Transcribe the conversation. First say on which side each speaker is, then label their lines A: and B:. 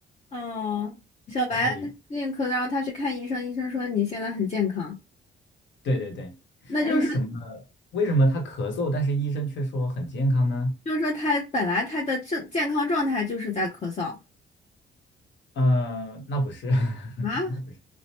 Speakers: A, on the left; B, on the left.
A: 哦，小白最近咳嗽，
B: 你可以。
A: 然后他去看医生，医生说你现在很健康，
B: 对对对，
A: 那就是
B: 为什么为什么他咳嗽，但是医生却说很健康呢？
A: 就是说他本来他的正健康状态就是在咳嗽
B: 嗯、呃那不是，<laughs>
A: 啊。
B: 那不是，